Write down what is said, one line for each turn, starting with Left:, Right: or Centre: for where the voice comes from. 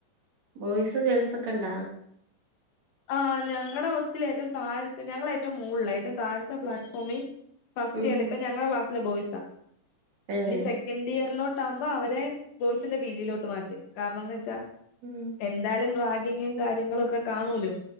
Right: ബോയ്സും ഗേൾസൊക്കെണ്ടാ?
Left: ആഹ് ഞങ്ങളുടെ ഹോസ്റ്റിൽ ഏറ്റവും തഴ ഞങ്ങള് ഏറ്റവും മുകളില്ല ഏറ്റവും താരഴത്തെ പ്ലാറ്റ് ഫോമി ഫസ്റ്റ്
Right: ഉം
Left: ഇയർ ഇപ്പ ഞങ്ങളുടെ ക്ലാസ്സില് ബോയ്സാ
Right: ഏഹ്
Left: ഇനി സെക്കൻഡ് ഇയറിലോട്ട് ആകുമ്പോ അവരെ ബോയ്സിന്റെ പി ജിയിലോട്ട് മാറ്റും കാരണംന്ന് വെച്ചാ
Right: ഉം
Left: എന്തായാലും റാഗിങ്ങും കാര്യങ്ങളും ഒക്കെ കാണൂല്ലോ